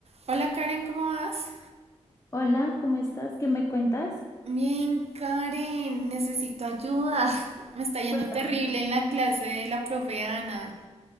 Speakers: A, on the right; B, on the left.
A: Hola Karen, ¿cómo vas?
B: Hola, ¿cómo estás? ¿Qué me cuentas?
A: Bien, Karen, necesito ayuda. <laughs> Me está yendo
B: Cuéntame.
A: terrible en la clase de la profe Ana.